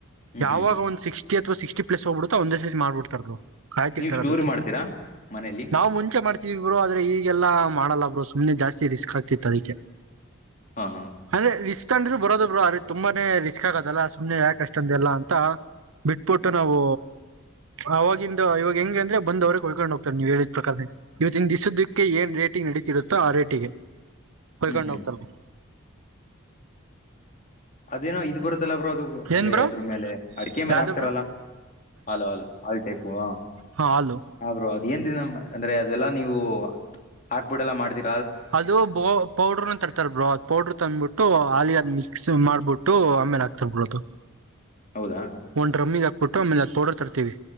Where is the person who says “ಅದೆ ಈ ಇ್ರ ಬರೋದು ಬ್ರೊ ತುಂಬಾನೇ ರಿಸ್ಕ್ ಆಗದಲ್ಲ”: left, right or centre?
Right